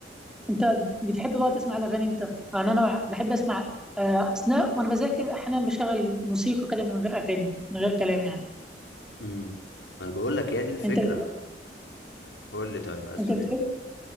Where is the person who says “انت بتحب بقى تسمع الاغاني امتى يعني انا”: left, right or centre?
Centre